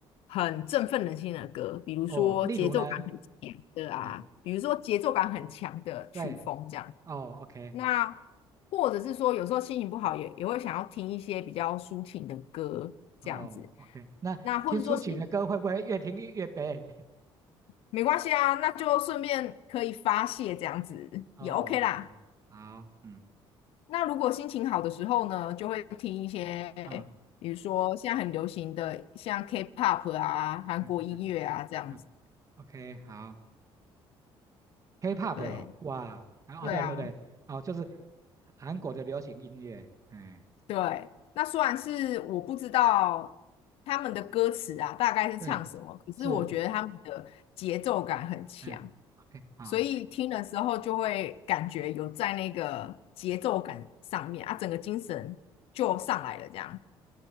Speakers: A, on the left; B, on the right.
A: 很振奋人心的歌，比如说节奏感很强的啊，
B: 哦，例如呢，哎，
A: 比如说节奏感很强的曲风这样。
B: 对，哦，OK，
A: 那或者是说，有时候心情不好也也会想要听一些比较抒情的歌这样子。
B: 哦，OK，那听抒情的歌会不会越听越悲？
A: 那或者说心没关系啊，那就顺便可以发泄这样子也
B: 哦，
A: OK 啦。
B: 好，好，嗯，
A: 那如果心情好的时候呢，就会听一些，
B: 啊，
A: 比如说现在很流行的像 K-pop 啊、韩国音乐啊这样子。
B: 嗯嗯嗯，OK，好，K-pop
A: 对，
B: 哦，哇，啊哦，
A: 对啊。
B: 对对对，哦，就是韩国的流行音乐，哎，
A: 对，那虽然是我不知道他们的歌词啊，大概是唱什么，
B: 对，
A: 可是我觉得他们的节奏感很强，
B: 是，哎 o k 好，
A: 所以听的时候就会感觉有在那个节奏感上面啊，整个精神就上来了这样。